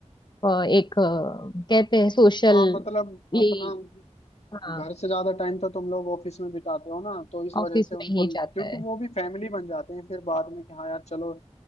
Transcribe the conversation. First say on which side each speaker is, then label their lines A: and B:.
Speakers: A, on the left; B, on the left.
A: अ, एक अ, कहते हैं सोशल
B: हाँ मतलब
A: ये
B: अपना
A: हाँ
B: घर से ज्यादा टाइम तो तुम लोग ऑफिस में बिताते हो ना तो इस वजह
A: ऑफिस
B: से
A: में
B: उनको
A: ही जाता
B: क्योंकि
A: है
B: वो भी फैमिली बन जाते हैं फिर बाद में कि हाँ यार चलो